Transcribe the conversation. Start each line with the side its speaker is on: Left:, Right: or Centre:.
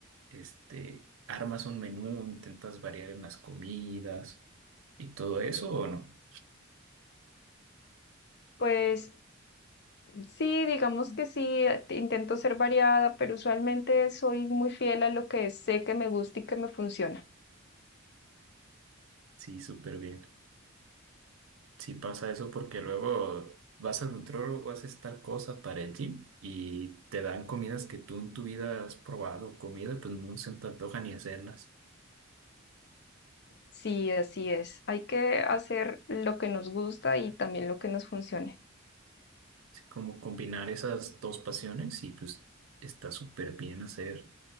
Right: este, ¿armas un menú, intentas variar en las comidas y todo eso o no?
Left: Pues sí, digamos que sí, eh, intento ser variada, pero usualmente soy muy fiel a lo que sé que me gusta y que me funciona.
Right: Sí, súper bien. si pasa eso porque luego vas a nutrólogo, haces tal cosa para el gym y te dan comidas que tú en tu vida has probado, comida, pues no se te antoja ni hacerlas.
Left: Sí, así es. Hay que hacer lo que nos gusta y también lo que nos funcione.
Right: Así como combinar esas dos pasiones y pues está súper bien hacer